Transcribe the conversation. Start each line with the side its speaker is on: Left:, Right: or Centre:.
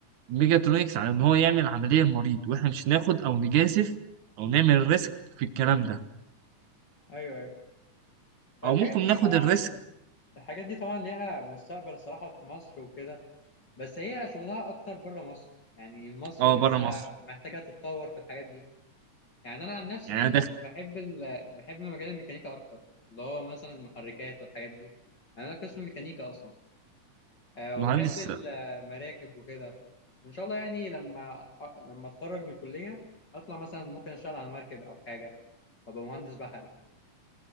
Right: الميجاترونكس على إن هو يعمل عملية لمريض واحنا مش ناخد أو نجازف أو نعمل ريسك في الكلام ده
Left: ايوه ايوه الحاجات
Right: أو ممكن
Left: دي
Right: ناخد
Left: طبعا
Right: الريسك
Left: الحاجات دي طبعا ليها مستقبل الصراحه في مصر وكده بس هي شغلها اكتر بره مصر يعني مصر
Right: اه
Left: لسه
Right: بره مصر
Left: محتاجه تتطور في الحاجات دي يعني انا عن نفسي
Right: يعني أنا داخل
Left: انا بحب ال... بحب مجال الميكانيكا اكتر اللي هو مثلا المحركات والحاجات دي يعني انا قسم ميكانيكا اصلا آه،
Right: مهندس
Left: وبحب المراكب وكده وان شاء الله يعني لما أ- لما اتخرج من الكليه اطلع مثلا ممكن اشتغل على مركب او حاجه وابقى مهندس بحري